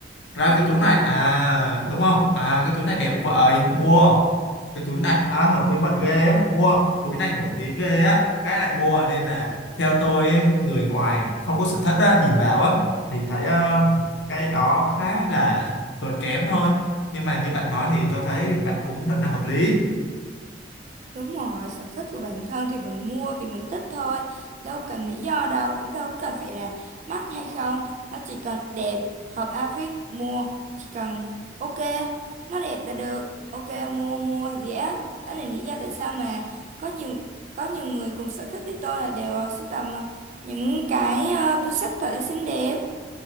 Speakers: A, on the left; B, on the right.
A: ra
B: Đúng
A: cái túi
B: rồi
A: này
B: á.
A: à đúng không à cái túi này đẹp
B: Đúng
A: vậy
B: rồi.
A: mua cái túi này à, hợp với mình ghê á mua túi này nổi tiếng ghê á cái lại mua nên là theo tôi ấy, người ngoài không có sở thích á, nhìn vào á thì thấy ờ, cái đó khá là tốn kém thôi nhưng mà như bạn nói thì tôi thấy bạn cũng rất là hợp lý
B: Đúng rồi, sở thích của bản thân thì mình mua vì mình thích thôi. Đâu cần lý do đâu, cũng đâu cần phải là mắc hay không. Nó chỉ cần đẹp, hợp outfit, mua. Chỉ cần ok, nó đẹp là được. Ok, mua, mua, dễ. Đó là lý do tại sao mà có nhiều có nhiều người cùng sở thích với tôi là đều ờ, sưu tầm ờ, những cái ờ, túi xách thật là xinh đẹp.